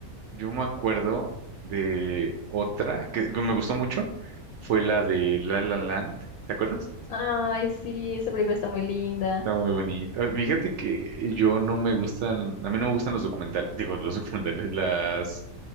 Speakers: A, on the right (about 65°); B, on the left (about 80°).
A: yo me acuerdo de otra que, que me gustó mucho, fue la de La La Land, ¿te acuerdas?
B: ay, sí, esa película está muy linda.
A: Está muy bonita. Ah, Fíjate que yo no me gustan, a mí no me gustan los documentales, digo, los <laughs> documentales, las,